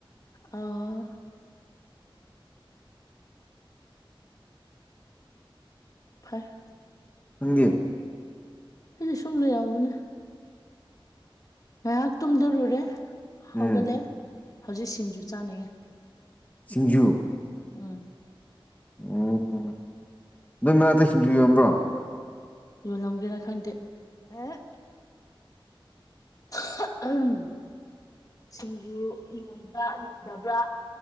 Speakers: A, on the left; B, on the left.
A: ꯑꯣ ꯐꯩ
B: ꯅꯪꯗꯤ
A: ꯑꯩꯁꯨ ꯁꯨꯝ ꯂꯩꯔꯝꯕꯅꯦ ꯉꯩꯍꯥꯛ ꯇꯨꯝꯗꯔꯨꯔꯦ
B: ꯎꯝ
A: ꯍꯧꯒꯠꯂꯦ ꯍꯧꯖꯤꯛ ꯁꯤꯡꯖꯨ ꯆꯥꯅꯤꯡꯉꯦ
B: ꯁꯤꯡꯖꯨ
A: ꯎꯝ
B: ꯑꯣ ꯅꯣꯏ ꯃꯅꯥꯛꯇ ꯁꯤꯡꯖꯨ ꯌꯣꯟꯕ꯭ꯔꯣ
A: ꯌꯣꯜꯂꯝꯒꯦꯔꯥ ꯈꯪꯗꯦ ꯑꯦ <unintelligible> ꯁꯤꯡꯖꯨ ꯌꯣꯟꯕ꯭ꯔꯥ ꯌꯣꯟꯗꯕ꯭ꯔꯥ